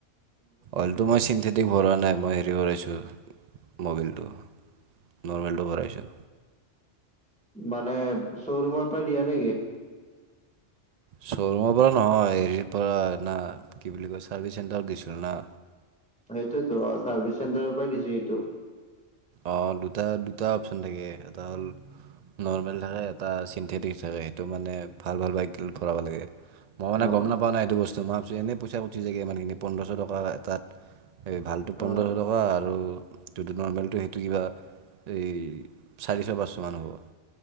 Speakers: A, on the right (about 60°); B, in the centre.
A: অইলটো মই চিন্থেটিক ভৰোৱা নাই, মই হেৰি ভৰাইছোঁ মবিলটো। নৰ্মেলটো ভৰাইছো।
B: মানে, শ্ব'ৰুমৰ পৰাই দিয়া নেকি?
A: শ্ব'ৰুমৰ পৰা নহয় হেৰিৰ পৰা না, কি বুলি কয় চাৰ্ভিচ চেণ্টাৰত গৈছিলো না।
B: সেইটোয়তো চাৰ্ভিচ চেণ্টাৰৰ পৰাই দিছো সেইটো।
A: অ' দুটা-দুটা অপচন থাকে এটা হ'ল, নৰ্মেল থাকে এটা চিনথেটিক থাকে সেইটো মানে ভাল ভাল বাইকিল ভৰাব লাগে। মই মানে
B: অ
A: গম নাপাওঁ নাই এইটো বস্তু মই ভাবিছো এনেই খুজছি চাগে মানেখিনি পোন্ধশ টকা এটাত এই ভালটো পোন্ধৰশ
B: অ
A: টকা আৰু যটো নৰ্মেলটো সেই কিবা এই চাৰিশ পাঁচশ মান হ'ব।